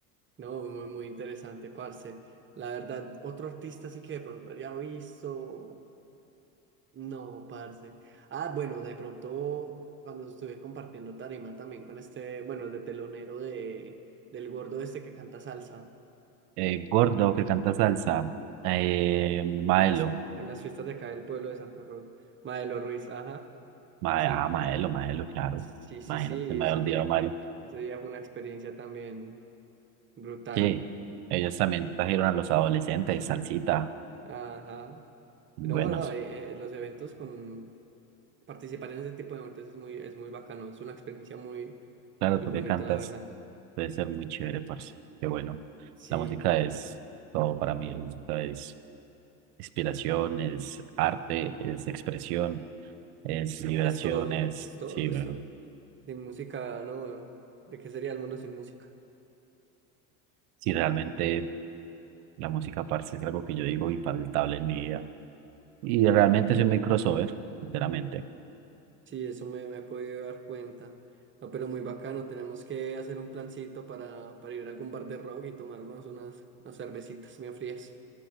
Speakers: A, on the right (about 25°); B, on the right (about 80°).
A: No, muy, muy interesante, parce. La verdad, otro artista sí que de pronto había visto. No, parce. Ah, bueno, de pronto cuando estuve compartiendo tarima también con este, bueno, el de telonero de, del gordo este que canta salsa
B: Eh, Gordo, que canta salsa, eh, Maelo,
A: en las, en las fiestas de acá del pueblo de Santa Rosa. Maelo Ruiz, ajá,
B: Ma-
A: sí.
B: ah, Maelo, Maelo, claro,
A: Sí, sí,
B: Maelo,
A: sí,
B: se me
A: eso,
B: había olvidado Maelo.
A: ese día fue una experiencia también brutal.
B: Sí, ellos también trajeron a los adolescentes, salsita,
A: Ajá.
B: buenos.
A: No, no, eh, eh, los eventos con participar en ese tipo de eventos es muy, es muy bacano, es una experiencia muy,
B: Claro,
A: muy
B: tú
A: bonita,
B: que cantas,
A: la verdad.
B: puede ser muy chévere, parce. Qué bueno.
A: Sí,
B: La música es todo para mí. La música es inspiración, es arte, es expresión, es liberación,
A: es todo,
B: es...
A: es todo,
B: Sí,
A: es
B: bueno.
A: todo. De música, no, ¿de qué sería el mundo sin música?
B: Sí, realmente la música, parce, es algo que yo digo infaltable en mi vida. Y realmente soy muy crossover, sinceramente.
A: Sí, eso me, me he podido dar cuenta. No, pero muy bacano, tenemos que hacer un plancito para, para ir a algún bar de rock y tomarnos unas, unas cervecitas bien frías.